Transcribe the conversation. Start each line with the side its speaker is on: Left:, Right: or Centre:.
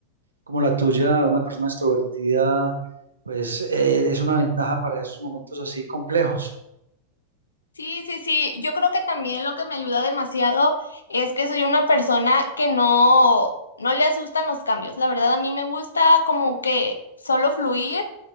Right: como la tuya, una persona extrovertida, pues eh, es una ventaja para esos momentos así complejos.
Left: Sí, sí, sí. Yo creo que también lo que me ayuda demasiado es que soy una persona que no, no le asustan los cambios. La verdad, a mí me gusta como que solo fluir